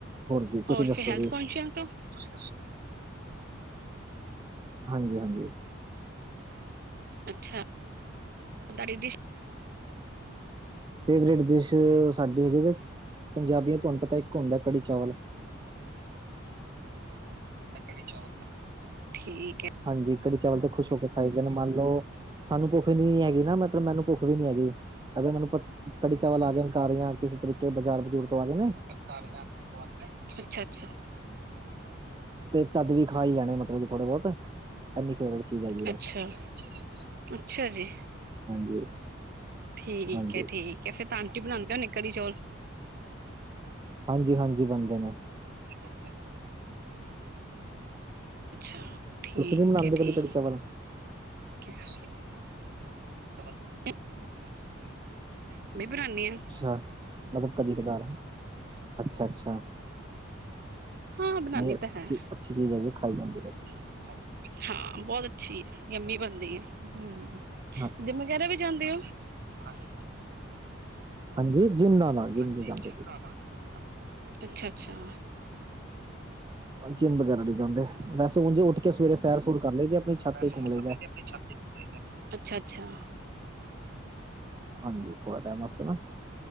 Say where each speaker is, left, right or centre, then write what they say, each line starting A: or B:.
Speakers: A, on the right; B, on the right.
A: ਜੀ ਤੁਸੀਂ
B: ਹੋਰ
A: ਦੱਸੋ
B: ਫਿਰ ਹੈਲਥ
A: ਜੀ
B: ਕੋਂਸ਼ੀਅਸ ਓ। ਤੁਸੀ ਦੱਸੋ ਜੀ।
A: ਹਾਂਜੀ-ਹਾਂਜੀ।
B: ਅੱਛਾ, ' <inaudible> ' ਤਹਾਡੀ ਡੀਸ
A: ਫੈਵਰੇਟ ਡਿਸ਼ ਸਾਡੇ ਹੈਗੀ ਜੇ, ਪੰਜਾਬੀਆ 'ਚ' ਤੁਹਾਨੂੰ ਪਤਾ ਇੱਕ ਹੁੰਦਾ ਕੜ੍ਹੀ ਚਾਵਲ
B: ਕੜ੍ਹੀ-ਚਾਵਲ, ਠੀਕ ਐ।
A: ਹਾਂਜੀ, ਕੜੀ ਚਾਵਲ ਤੇ ਖੁਸ਼ ਹੋ ਕੇ ਖਾਈਦੇ ਨੇ ਮੰਨ ਲਓ ਸਾਨੂੰ ਭੁੱਖ ਨੀ ਹੈਗੀ ਨਾ ਮ ਮਤਲਬ ਮੈਨੂੰ ਭੁੱਖ ਵੀ ਨੀ ਹੈਗੀ। ਅਗਰ ਮੈਨੂੰ ਪ ਕੜੀ ਚਾਵਲ ਆ ਗਏ ਘਰ ਜਾਂ ਕਿਸੇ ਤਰੀਕੇ ਬਾਜ਼ਾਰ-ਬਜ਼ੂਰ ਤੋਂ ਆ ਗਏ ਨੇ
B: ' <unintelligible> ' ਅੱਛਾ-ਅੱਛਾ।
A: ' <inaudible> ਤੇ ਤਦ ਵੀ ਖਾਈ ਲੈਣੇ, ਮਤਲਬ ਥੋੜ੍ਹਾ ਬਹੁਤ ਇੰਨੀ ਫੈਬਰੈਟ ਚੀਜ਼ ਹੈਗੀ
B: ਅੱਛਾ
A: ਆ।
B: ਅੱਛਾ ਅੱਛਾ ਜੀ।
A: ਹਾਂਜੀ।
B: ਠੀਕ
A: ਹਾਂਜੀ
B: ਏ ਠੀਕ ਏ, ਫਿਰ ਤਾਂ ਆਂਟੀ ਬਣਾਂਦੇ ਹੋਣੇ ਆ ਕੜ੍ਹੀ ਚੌਲ?
A: ਹਾਂਜੀ- ਹਾਂਜੀ ਬਣਦੇ ਨੇ।
B: ਜੀ ਬਣਦੇ ਨੇ। ਅੱਛਾ, ਠੀਕ
A: ਤੁਸੀਂ ਨੀ ਬਣਾਉਂਦੇ
B: ਏ
A: ਕਦੀ
B: ਠੀਕ
A: ਕੜੀ ਚਾਵਲ
B: ਕਿਹਾ <unintelligible> ਨਹੀ ਬਣਾਨੇ ਆ।
A: ਅੱਛਾ ਮਤਲਬ ਕਦੀ ਕਧਾਰ। ਅੱਛਾ -ਅੱਛਾ
B: ਹਾਂ ਬਣਾਉਣੀ
A: ਨਹੀਂ ਅੱਛੀ,
B: ਤਾਂ ਹੈ
A: ਅੱਛੀ ਚੀਜ਼ ਜੀ ਖਾਈ ਜਾਂਦੀ ਰਵੇ।
B: <inaudible> ਹਾਂ ਬਹੁਤ ਅੱਛੀ ਆ ਯਮੀ ਬਣਦੀ ਆ ਹੂੰ।
A: ਹਾਂ
B: ਜਿੰਮ ਵਗੈਰਾ ਵੀ ਜਾਂਦੇ ਓ। ਹਾਂਜੀ
A: ਹਾਂਜੀ ਜਿੰਮ ਨਾ। ਨਾ ਜਿੰਮ
B: ਹਾਂਜੀ
A: ਨੀ ਜਾਂਦੇ
B: ਜਿੰਮ ਜਵਾ, ਅੱਛਾ - ਅੱਛਾ
A: ਜਿੰਮ ਵਗੈਰਾ ਨੀ ਜਾਂਦੇ। ਵੈਸੇ ਉਂਝ ਉੱਠ ਕੇ ਸਵੇਰੇ ਸੈਰ- ਸੂਰ ਕਰ ਲਈ ਦੀ ਆਪਣੀ ਛੱਤ
B: ਵੈਸੇ
A: ਤੇ ਘੁੰਮ
B: ਉ
A: ਲਈਦਾ
B: ਕਰ ਲਈਦੀ ਆ ਆਪਣੀ ਛਾਤੀ ਪੂਰੀ ਕਰਨ ਲਈ। ਅੱਛਾ- ਅੱਛਾ
A: ਹਾਂਜੀ, ਥੋੜ੍ਹਾ ਟਾਈਮ ਵਾਸਤੇ ਨਾ